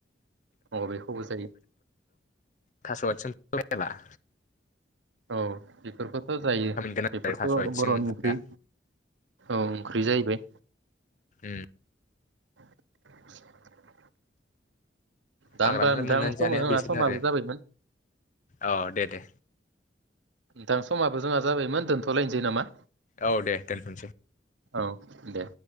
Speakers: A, on the right (about 90°); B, on the left (about 45°).
A: अ बेखौबो जायो
B: थास'आयथिं <unintelligible>
A: औ बेफोरखौथ' जायो
B: गोनां
A: बेफोरथ'
B: आरो थास' आथिंफ्रा
A: बर'नि ओंख्रि औ ओंख्रि जाहैबाय।
B: ओम
A: <inaudible> दा
B: हाग्रानिफ्राय
A: होमबा नोंथां
B: मोननानै
A: समाजाबाय
B: जानाया बेसोरनो
A: समाबो
B: आरो
A: जाबायमोन।
B: औ दे दे।
A: नोंथां समाबो जोंहा जाबायमोन दोनथ'लायनोसै नामा?
B: औ दे दोनथ'सै।
A: औ दे